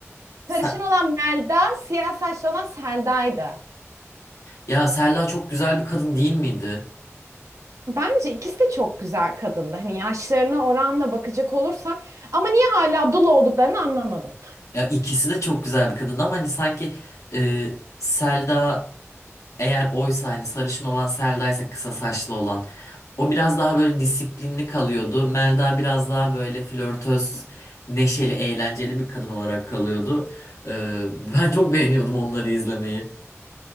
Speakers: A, on the left; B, on the right.
A: Se-
B: Sarışın olan Melda, siyah saçlı olan Selda'ydı.
A: ya Selda çok güzel bir kadın değil miydi?
B: Bence ikisi de çok güzel kadındı. Hani yaşlarına oranla bakacak olursak. Ama niye hala dul olduklarını anlamadım.
A: Ya ikisi de çok güzel bir kadın ama hani sanki e, Selda eğer oysa hani sarışın olan Selda'ysa kısa saçlı olan o biraz daha böyle disiplinli kalıyordu. Melda biraz daha böyle flörtöz, neşeli, eğlenceli bir kadın olarak kalıyordu. E, <laughs> ben çok beğeniyordum onları izlemeyi.